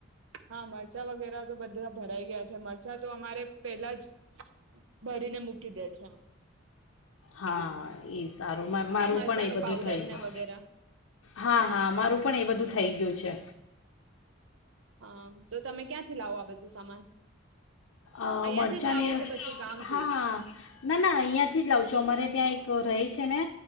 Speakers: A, on the right; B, on the left.
A: હા મરચાં વગેરે તો બધા ભરાઈ ગયા છે મરચા તો અમારે પેલા જ ભરીને મૂકી દે છે.
B: હા ઇસ સારું મારું
A: મરચાંનું
B: પણ એ બધું
A: પાવડર
B: થઈ ગયું
A: ને વગેરે
B: હા હા મારું પણ એ બધું થઈ ગયું છે.
A: હા તો તમે ક્યાંથી લાવો આ બધું સામાન?
B: અ
A: અહિયાંથી
B: મરચાંને
A: જ લાવો કે પછી ગામથી
B: હા ના ના અહીંયાથી જ લાવ છું અમારે ત્યાં એક તો રાઈ છે ને